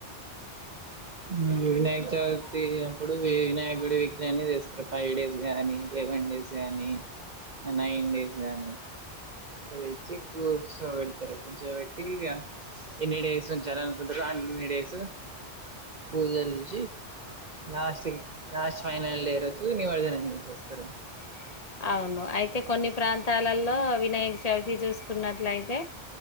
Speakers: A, on the right; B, on the left.
A: ఉం వినాయకచవితి అప్పుడు వినాయకుడి విగ్రహన్ని చేస్తారు ఫైవ్ డేస్ గానీ లెవెన్ డేస్ గానీ నైన్ డేస్ గాని ఇక తెచ్చి కూర్చోబెడతారు కూర్చో బెట్ ఇగ ఎన్ని డేస్ ఉంచాలా అనుకుంటరో అన్ని డేస్ పూజలు చే చి లాస్ట్ లాస్ట్ ఫైనల్ డే రోజు నిమజనం చేసేస్తారు
B: <inaudible> అవును అయితే కొన్ని ప్రాంతాలలో వినాయక చవితి చూసుకున్నట్లయితే